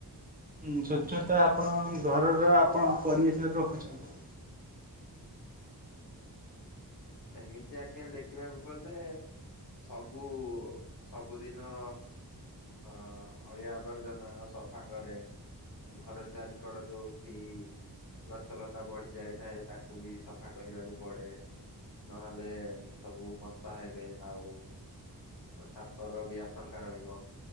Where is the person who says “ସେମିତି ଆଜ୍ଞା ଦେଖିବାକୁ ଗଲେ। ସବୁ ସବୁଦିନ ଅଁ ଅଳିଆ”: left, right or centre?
Left